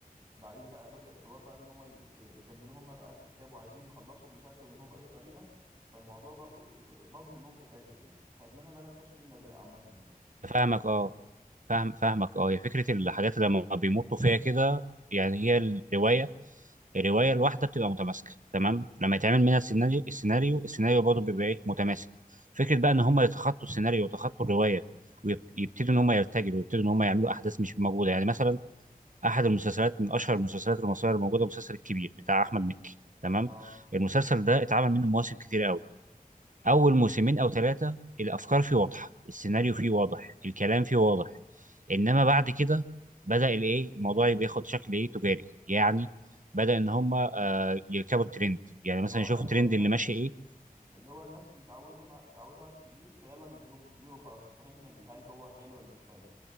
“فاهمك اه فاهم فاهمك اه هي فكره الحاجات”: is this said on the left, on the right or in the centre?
Right